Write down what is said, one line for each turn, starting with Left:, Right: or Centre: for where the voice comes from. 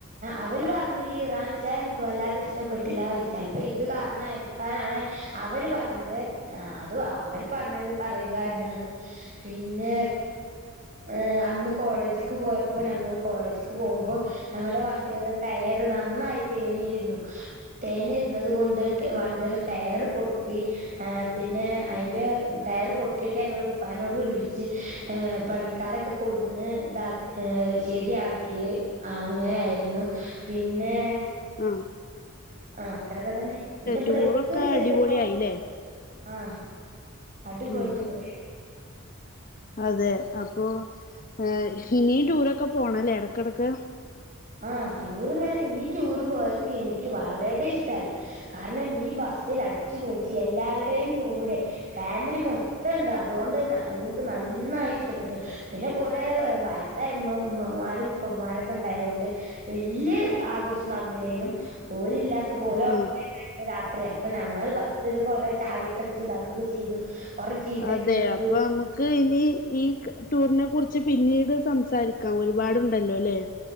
Right: അവന് പറഞ്ഞു ഈ ഇറാൻച്ചായ എനിക്ക് വല്ലാതെ ഇഷ്ടപ്പെട്ടില്ല ചിലപ്പോ ഇത് കാരണമായിരിക്കും ക്കാനാണ് അവന് പറഞ്ഞത് ആഹ് അത് അ അവൻ പറഞ്ഞത് പറയുക എന്നാണ് പിന്നെ ഏഹ് അന്ന് കോളേജിക്ക് പോയപ്പോ ഞങ്ങൾ കോളേജിക്ക് പോകുമ്പോ ഞങ്ങളുടെ വണ്ടിയുടെ ടയറ് നന്നായി തേഞ്ഞിയിരുന്നു തേൻ ഇരുന്നത് കൊണ്ട് വണ്ടിയുടെ ടയർ പൊട്ടി ആഹ് പിന്നെ അതിന്റെ ടയർ പൊട്ടിയിട്ട് ഞങ്ങൾ ഉപ്പാനോട് വിളിച്ച് പണി കക്കാരൊക്കെ കൂടുന്ന് ഇതാക്ക ശരിയാക്കി ആഹ് അങ്ങനെ ആയിരുന്നു പിന്നെ
Left: മ്മ്
Right: ആഹ് അത്രൊക്കെ തന്നെ പിന്നെ
Left: ടൂറൊക്കെ
Right: ബ്രേക്ക് ചെറിയ
Left: അടിപൊളിയായില്ലേ
Right: ആഹ് അടിപൊളി
Left: ആഹ്
Right: ടൂറെന്നു
Left: അതെ അപ്പൊ ഏഹ് ഇനിയും ടൂരൊക്കെ പോണല്ലേ ഇടക്കിടക്ക്
Right: ആഹ് ട്യൂറി ഇങ്ങനെ ഈ ടൂറ് പോയക്ക എനിക്ക് വളരെ ഇഷ്ടയി കാരണം ഈ ബസ്സിൽ അടിച്ചു പൊളിച്ചു എല്ലാവരുടെയും കൂടെ ഫാമിലി മൊ തണ്ട് അതുകൊണ്ട് എനിക്ക് നന്നായി ഇഷ്ടപ്പെട്ടു പിന്നെ കൊറെേ വയസ്സായമ്മമ്മമാരും ഉപ്പമാരൊക്കെ ഉണ്ടായതുകൊണ്ട് വല്യ ആഘോഷം നടന്നലേലും ഓൽ ഇല്ലാത്തപ്പോ ഓൽ ഉറങ്ങക്കാ
Left: ആഹ്
Right: രാത്രിയ അപ്പൊ ഞങ്ങള് ബസ്സില് കൊറെ ചാടി കളിച്ചു ഇതാക്കുകൊക്കെ ചെയ്തു കൊറേ ചീത്തൊക്കെ
Left: അതെ
Right: കേട്ടു
Left: അപ്പൊ നമുക്ക് മുക്ക് ഇനി ഈ ടൂറിനെ കുറിച്ച് പിന്നീട് സംസാരിക്കാം ഒരുപാടുണ്ടല്ലോ അല്ലേ